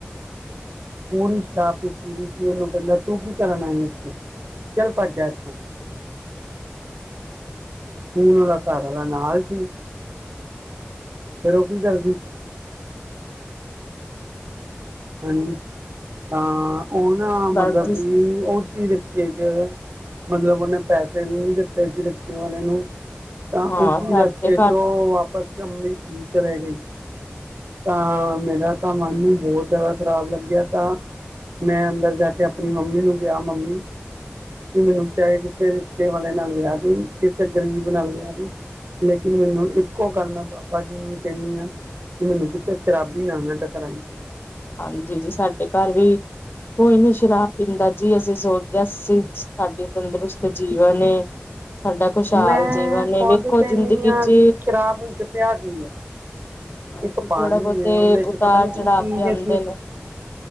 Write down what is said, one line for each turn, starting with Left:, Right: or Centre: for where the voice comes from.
Right: ਪੂਰੀ ਸ਼ਰਾਬ ਪੀਤੀ ਦੀ ਸੀ, ਇਹਨੂੰ ਕਹਿੰਦਾ ਤੂੰ ਕੀ ਕਰਨ ਆਈ ਇੱਥੇ ਚੱਲ ਭੱਜਾ ਇੱਥੋਂ। ਉਹਦਾ ਘਰ ਵਾਲਾ ਨਾਲ ਸੀ, ਫਿਰ ਉਹ ਕੀ ਕਰਦੀ ਹਾਂਜੀ, ਤਾਂ ਉਹ ਨਾ
Left: ਬਸ
Right: ਮਤਲਬ
Left: ਜੀ
Right: ਵੀ ਉਹ ਸੀ ਰੱਖੀਏ ਚ ਮਤਲਬ ਉਹਨੇ ਪੈਸੇ ਵੀ ਨਹੀਂ ਦਿੱਤੇ ਸੀ ਰੱਖੀ ਵਾਲੇ ਨੂੰ। ਤਾਂ
Left: ਹਾਂ
Right: ਉਸਂ
Left: ਸਾਡੇ
Right: ਰੱਸਤੇ
Left: ਘਰ
Right: ਚੋ ਉਹ ਵਾਪਸ। <unintelligible> ਤਾਂ ਮੇਰਾ ਤਾਂ ਮਨ ਨੂੰ ਬਹੋਤ। ਜ਼ਿਆਦਾ ਖ਼ਰਾਬ ਲੱਗਿਆ ਤਾਂ ਮੈਂ ਅੰਦਰ ਜਾ ਕੇ ਆਪਨੀ ਮੰਮੀ ਨੂੰ ਕਆ ਮੰਮੀ। ਕਿ ਮੈਨੂੰ ਚਾਹੇ ਕਿਸੇ ਰਿਕਸ਼ੇ ਵਾਲੇ ਨਾਲ ਵਿਆਹ ਦੀ ਕਿਸੇ ਗਰੀਬ ਨਾਲ ਵਿਆਹ ਦੀ। ਲੇਕਿਨ ਮੈਨੂੰ ਇੱਕੋ ਗੱਲ ਮੈਂ ਬਾਬਾ ਜੀ ਨੂੰ ਵੀ ਕਹਿੰਦੀ ਹਾਂ। ਮੈਨੂੰ ਕਿਥ ਸ਼ਰਾਬੀ ਨਾਲ ਨਾ ਟਕਰਾਈ
Left: ਹਾਂਜੀ ਜੀ ਸਾਡੇ ਘਰ ਵੀ ਕੋਈ ਨੀ ਸ਼ਰਾ ਪਿੰਦਾ ਜੀ ਅਸੀਂ ਸੋਚਦੇ ਹਾਂ ਅਸੀਂ ਸਾਡੇ ਤੰਦਰੁਸਤ ਜੀਵਨ ਏ ਸਾਡਾ ਖੁਸ਼ਹਾਲ
Right: ਮੈਂ
Left: ਜੀਵਨ
Right: ਖੋਦ
Left: ਏ ਵੇਖੋ
Right: ਕੇਨੀ
Left: ਜ਼ਿੰਦਗੀ
Right: ਆ
Left: ਚ
Right: ਜੀ ਸ਼ਰਾਬ ਵਿੱਚ ਪਿਆ ਕੀ ਏ।
Left: ਹਾਂਜੀ
Right: ਇੱਕ
Left: ਥੋੜਾ
Right: ਪਾਨੀ
Left: ਬਹੁਤੇ
Right: ਏ ਉਹਦੇ
Left: ਉਤਾਰ
Right: ਚ ਪਤਾ ਨੀ ਕੀ-ਕੀ।
Left: ਚੜਾਵ ਤੇ ਆਂਦੇ ਨੇ